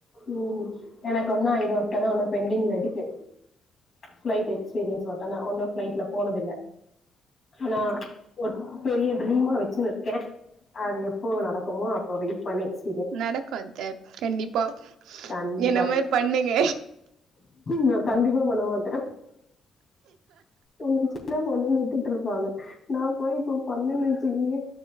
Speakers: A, on the left (about 40°); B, on the right (about 80°).
A: உம் எனக்கு ஒன்னா இது மட்டதா ஒன்னு பெண்டிங்ல இருக்கு ஃபிளைட் எக்ஸ்பீரியன்ஸ் ஒட்டுனா ஒன்னு பிளைட்ல போனதில்ல ஆனா ஒட் பெரிய ட்ரீமா வச்சுனுருக்கே அது எப்போ நடக்குமோ அப் இப்ப வெய்ட் பண்ணி க்ஸ்
B: நடக்கு அத்த கண்டிப்பா
A: கண்டிப்பா
B: என்ன மேர் பண்ணுங்க
A: நா கண்டிப்பா பண்ண மாட்டே ஒன்ன சின்ன பொண்ணுனு விட்டுட்ருப்பாங்க நாப் போய் இப்ப பண்ணன்னுச்சுக்கியே